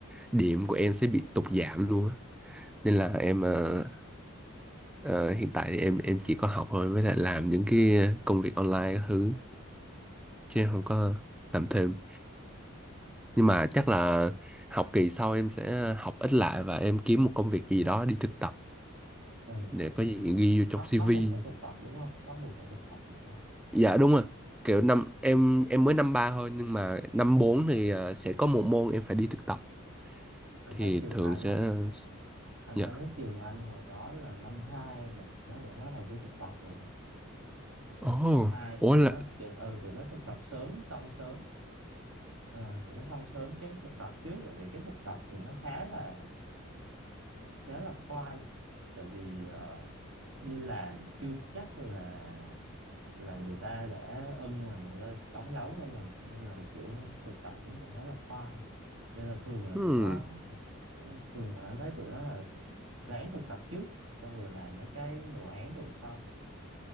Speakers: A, in the centre; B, on the right.
A: điểm của em sẽ bị tụt giảm luôn á. Nên là em ờ, ờ, hiện tại thì em em chỉ có học thôi với lại làm những cái công việc online các thứ chứ không có làm thêm nhưng mà chắc là học kỳ sau em sẽ học ít lại và em kiếm một công việc gì đó đi thực tập
B: ừ
A: để có gì
B: Ừ,
A: ghi vô trong
B: bắt
A: CV
B: bắt buộc phải thực tập đúng không bắt buộc phải thực tập đúng không?
A: dạ đúng rồi kiểu năm em em mới năm ba thôi nhưng mà năm bốn thì à, sẽ có một môn em phải đi thực tập
B: anh
A: thì
B: thấy trường
A: thường
B: anh
A: sẽ
B: đó anh
A: dạ
B: anh thấy trường anh hồi đó là năm hai là nó đã bắt đầu đi thực tập rồi Ờ,
A: ồ
B: năm hai là
A: ủa
B: tụi
A: là
B: nó kiểu- ờ tụi nó thực tập sớm xong sớm Ờ, sẽ xong sớm cái thực tập trước tại vì cái thực tập thì nó khá là khá là khoai tại vì ờ, đi làm chưa chắc là là người ta đã ưng mà người ta đóng dấu cho mình nên là kiểu thực tập nó cũng khá là khoai nên là thường là
A: hmm.
B: tụi nó thường là anh thấy tụi nó là ráng thực tập trước xong rồi làm mấy cái đồ án đồ sau